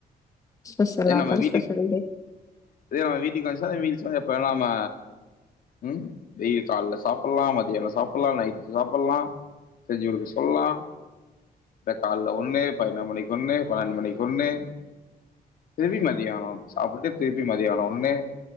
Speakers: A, on the left; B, on the left.
A: ஸ்பெஷல்
B: அதே
A: ஆஃபர்
B: நம்ம வீட்டுக்
A: ஸ்பெஷல் டே
B: அதே நம்ம வீட்டுக்கு வந்ச்சுனா அந்த மீல்ஸ் வந்து எப்ப வேனா நம்ம ம் டெய்லி கால்ல சாப்புட்ல்லா மதியான சாப்புட்லா நைட்டு சாப்புட்லா செஞ்சு குடுக்க சொல்லலா த கால்ல ஒன்னு பதினோர் மணிக்கு ஒன்னு பன்னன்டு மணிக்கு ஒன்னு தெரிய மாட்டிக்குது அவன் சாப்பட்றதே தெரிய மாட்டிக்குது அவன் ஒன்னே